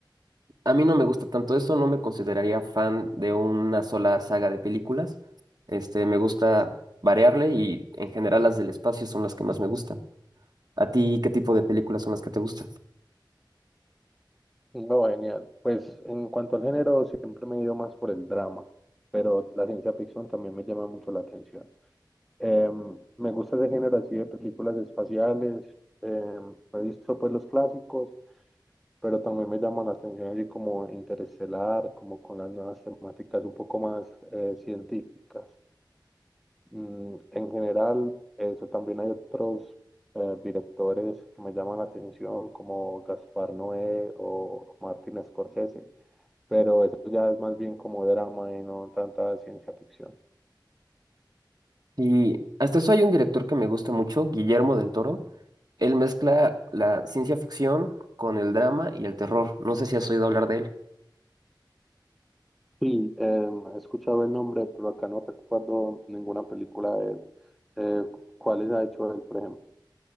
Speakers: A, on the right; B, in the centre.
A: A mí no me gusta tanto eso, no me consideraría fan de una sola saga de películas. Este, me gusta variarle y en general las del espacio son las que más me gustan. ¿A ti qué tipo de películas son las que te gustan?
B: No, genial. Pues en cuanto al género, siempre me he ido más por el drama, pero la ciencia ficción también me llama mucho la atención. Em, me gusta ese género así de películas espaciales, em, he visto pues los clásicos, pero también me llama la atención así como Interestelar, como con las nuevas temáticas un poco más eh, científicas. Mm, en general, eso también hay otros eh, directores que me llaman la atención, como Gaspar Noé o Martin Scorsese pero eso ya es más bien como drama y no tanta ciencia ficción.
A: Y hasta eso hay un director que me gusta mucho, Guillermo del Toro. Él mezcla la ciencia ficción con el drama y el terror. No sé si has oído hablar de él.
B: Sí, em, he escuchado el nombre, pero acá no recuerdo ninguna película de él. Eh, ¿cuáles ha hecho él, por ejemplo?